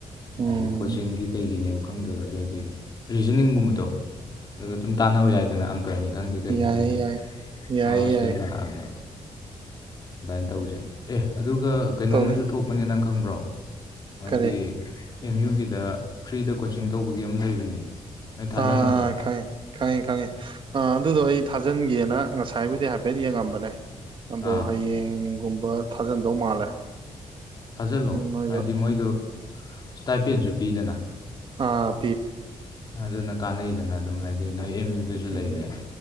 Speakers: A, on the right (about 45°); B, on the left (about 35°).
A: ꯎꯝ,
B: ꯍꯥꯏꯗꯤ ꯀꯣꯆꯤꯡꯒꯤ ꯀꯩꯒꯤꯅꯦꯕ ꯈꯪꯗ꯭ꯔꯒꯁꯨ ꯍꯥꯏꯗꯤ ꯔꯤꯖꯅꯤꯡꯒꯨꯝꯕꯗꯣ ꯑꯗꯨꯒ ꯑꯗꯨꯝ ꯇꯥꯟꯅꯕ ꯌꯥꯏꯗꯅ ꯑꯪꯀꯅꯤ ꯈꯪꯗꯦ ꯀꯩꯅꯤ
A: ꯌꯥꯏꯌꯦ
B: ꯈꯪꯗꯦ
A: ꯌꯥꯏ ꯌꯥꯏꯌꯦ
B: ꯅꯣꯏ ꯍꯣꯁꯇꯦꯜ
A: ꯌꯥꯏ
B: ꯂꯥꯛꯑꯒ ꯑꯗꯨꯃꯥꯏꯅ ꯇꯧꯁꯩ ꯑꯦ ꯑꯗꯨꯒ ꯀꯩꯅꯣꯝꯃꯨ
A: ꯇꯧꯁꯦ
B: ꯊꯣꯛꯄꯅꯦ ꯅꯪ ꯈꯪꯕ꯭ꯔꯣ ꯃꯥꯒꯤ
A: ꯀꯔꯤ
B: ꯑꯦꯝ ꯌꯨꯒꯤꯗ ꯐ꯭ꯔꯤꯗ ꯀꯣꯆꯤꯡ ꯇꯧꯕꯒꯤ ꯑꯃ ꯂꯩꯕꯅꯦ ꯅꯣꯏ ꯊꯥꯖꯟꯅꯗ꯭ꯔꯣ
A: ꯑꯥ ꯈꯥꯏ ꯈꯪꯉꯤ ꯈꯪꯉꯤ ꯑ ꯑꯗꯨꯗꯣ ꯑꯩ ꯊꯥꯖꯤꯟꯒꯦꯅ ꯉꯁꯥꯏꯕꯨꯗꯤ ꯍꯥꯏꯐꯦꯠ ꯌꯦꯡꯉꯝꯕꯅꯦ ꯑꯗꯣ
B: ꯑꯥ
A: ꯍꯌꯦꯡꯒꯨꯝꯕ ꯊꯥꯖꯟꯗꯧ ꯃꯥꯜꯂꯦ
B: ꯊꯥꯖꯤꯜꯂꯣ
A: ꯎꯝ ꯅꯣꯏꯗꯣ
B: ꯍꯥꯏꯗꯤ ꯃꯣꯏꯗꯨ ꯏꯁꯇꯥꯏꯄꯦꯟꯁꯨ ꯄꯤꯗꯅ
A: ꯑ
B: ꯑꯗꯨꯅ ꯀꯥꯟꯅꯩꯗꯅ ꯑꯗꯨꯝ ꯍꯥꯏ ꯑꯗꯩ ꯅꯣꯏ ꯑꯦꯝ ꯌꯨꯗꯁꯨ
A: ꯎꯝ
B: ꯂꯩꯔꯦ